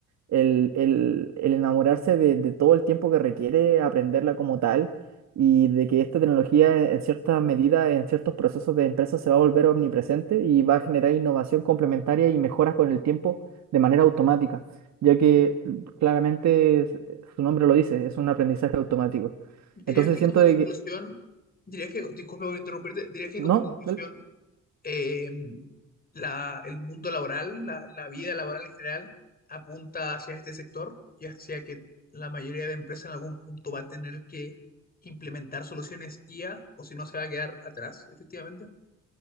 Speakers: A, on the right; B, on the left.
A: el, el- el enamorarse de, de todo el tiempo que requiere aprenderla como tal y de que esta tecnología en cierta medida, en ciertos procesos de empresa se va a volver omnipresente y va a generar innovación complementaria y mejoras con el tiempo de manera automática, ya que claramente es- su nombre lo dice, es un aprendizaje automático.
B: Dirías
A: Entonces
B: que
A: siento
B: como
A: de
B: conclusión,
A: que...
B: dirías que, disculpa por interrumpirte, dirías que
A: ¿No?
B: como conclusión, eh, la, el mundo laboral, la, la vida laboral en general, apunta hacia este sector y hacia que la mayoría de empresas en algún punto va a tener que implementar soluciones IA o si no se va a quedar atrás, efectivamente.